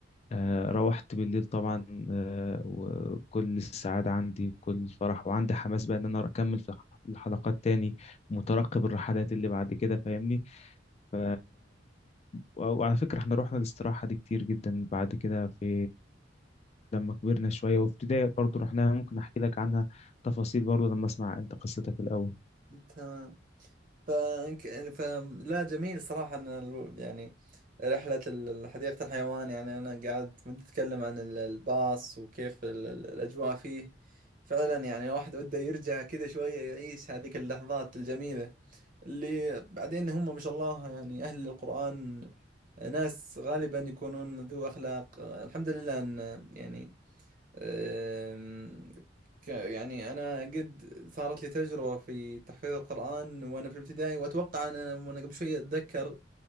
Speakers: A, on the left (about 35°); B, on the right (about 50°).
A: آه، روحت بالليل طبعا آه، وكل السعادة عندي وكل الفرح وعندي حماس بقى إن أنا أكمل في الحلقات تاني مترقب الرحلات اللي بعد كده فاهمني ف... وعلى فكرة احنا رحنا الاستراحة دي كتير جدا بعد كده في لما كبرنا شوية وفي ابتدائي برضه رحناها ممكن أحكي لك عنها تفاصيل برضه لما أسمع أنت قصتك الأول
B: تمام ف... فلا جميل صراحة أن الو- يعني رحلة ال- حديقة الحيوان يعني أنا قاعد كنت أتكلم عن ال- الباص وكيف ال- ال- الأجواء فيه فعلا يعني الواحد وده يرجع كذا شوية يعيش هذيك اللحظات الجميلة اللي بعدين هم ما شاء الله يعني أهل القرآن ناس غالبا يكونون ذو أخلاق الحمد لله أن يعني أم، ك- يعني أنا قد صارت لي تجربة في تحفيظ القرآن وأنا في الابتدائي وأتوقع أنا وأنا قبل شوي أتذكر